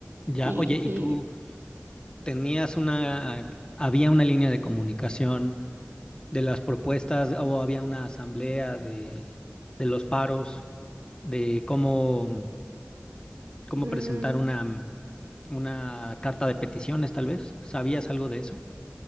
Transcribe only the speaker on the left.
Ya,
oye, ¿y
tú? tenías una, había una línea de comunicación de las propuestas o había una asamblea de, de los paros, de cómo, mm, cómo
presentar una, mm, una carta de peticiones, tal vez. ¿Sabías algo de eso?